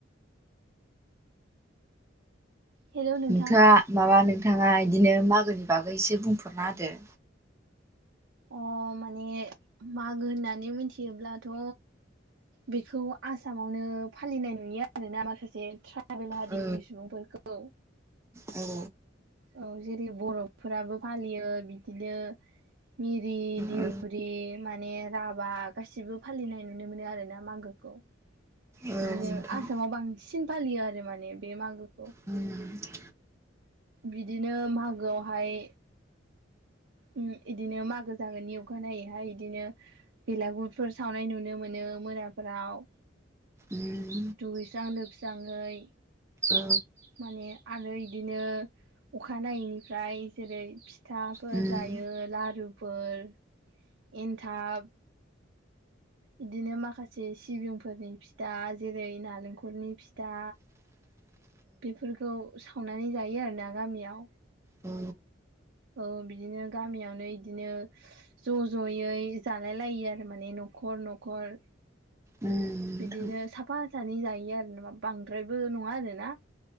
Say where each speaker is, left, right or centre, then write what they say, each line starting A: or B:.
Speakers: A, on the right; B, on the right.
A: हेलौ नोंथां
B: नोंथाङा माबा नोंथाङा इदिनो मागोनि बागै इसे बुंफोरना होदो
A: अ माने मागो होननानै मोनथियोब्लाथ' बेखौ आसामावनो फालिनाय नुयो आरोना माखासे ट्रायबेल हारिनि
B: औ
A: सुबुंफोरखौ
B: औ
A: औ जेरै बर'फोराबो फालियो बिदिनो मिरि दिउरि
B: औ
A: माने राभा गासिबो फालिनाय नुनो मोनो आरोना मागोखौ
B: औ
A: बिदिनो
B: नोंथां
A: आसामाव बांसिन फालियो आरो माने बे मागोखौ
B: उम
A: बिदिनो मागोआवहाय उम इदिनो मागो जागोनि अखानायैहाय इदिनो बेलागुरफोर सावनाय नुनो मोनो मोनाफोराव
B: उम
A: दुगैस्रां लोबस्राङै
B: औ
A: माने आरो इदिनो अखानायैनिफ्राय जेरै फिथा फोर
B: उम
A: जायो लारुफोर एन्थाब इदिनो माखासे सिबिंफोरनि फिथा जेरै नालेंखलनि फिथा
B: <inaudible>
A: बेफोरखौ सावनानै जायो आरोना गामियाव।
B: औ
A: औ औ बिदिनो गामियावनो इदिनो ज' ज'यै जालाय लायो आरो माने न'खर न'खर।
B: उम
A: बिदिनो
B: नोंथां
A: साफा सानै जायो आरो नामा बांद्रायबो नङा आरोना।